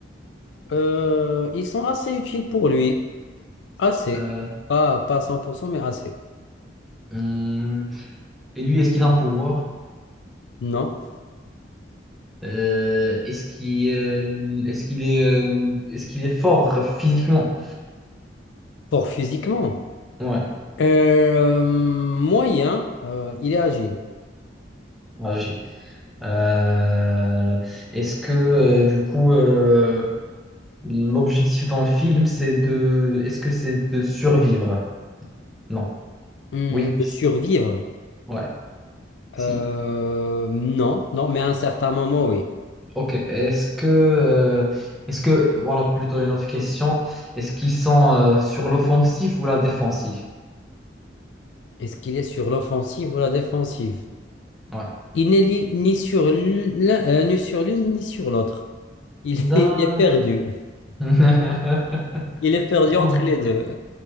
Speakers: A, on the left; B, in the centre.
A: Euh, ils sont assez utiles pour lui. Assez.
B: Euh,
A: Pas, pas à cent, pour cent, mais assez.
B: hmm, et lui, est-ce qu'il a un pouvoir?
A: Non.
B: Euh, est-ce qu'il euh, est-ce qu'il est, euh, est-ce qu'il est fort physiquement?
A: Pour physiquement.
B: Ouais,
A: Euh, moyen, euh, il est agile.
B: agile. Euh, est-ce que euh, du coup euh, l'objectif dans le film c'est de est-ce que c'est de survivre? Non.
A: Hum,
B: Oui.
A: de
B: Si.
A: survivre.
B: Ouais. Si.
A: Euh, non, non, mais à un certain moment, oui.
B: Ok. Est-ce que euh, est-ce que voilà plutôt une autre question. Est-ce qu'ils sont euh, sur l'offensive ou la défensive?
A: Est-ce qu'il est sur l'offensive ou la défensive?
B: Ouais.
A: Il n'est li- ni sur l'un, euh, ni sur l'une, ni sur l'autre. Il,
B: D'accord.
A: <laughs> il est perdu.
B: <laughs>
A: Il est perdu entre
B: Ok.
A: les deux.